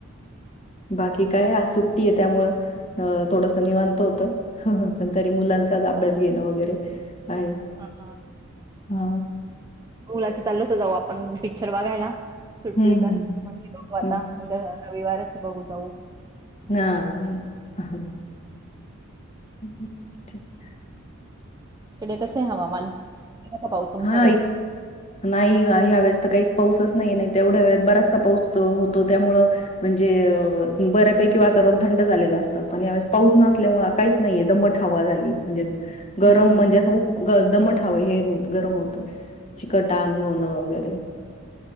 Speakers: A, on the left (about 30°); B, on the right (about 15°).
A: बाकी काय आज सुट्टी आहे त्यामुळं थोडसं निवांत होतं पण तरी मुलांचा अभ्यास घेणं वगैरे काय
B: हा
A: हा
B: मुलाचं चाल होत जाऊ आपण पिक्चर बघायला सुट्टी
A: हं,
B: तर
A: हं.
B: म्हणजे बघू
A: हां.
B: आता उद्या रविवारच बघू जाऊ
A: हा <inaudible>
B: तकडे कसे हवामान का पाऊस तुमच्याकडे
A: हा एक नाही आहे हवेळेसत काहीच पाऊसच नाही नाही तेवढ्या वेळ बराच पाऊस होतो त्यामुळे म्हणजे बऱ्यापैकी वातावरण थंड झालेलं असतं पणवेळेस पाऊस न काहीच नाही दम हवा झाली म्हणजे गरम
B: हम्म
A: म्हणजे अस दमट हावे हेर गरम होत चिकट अंग होणं वगैरे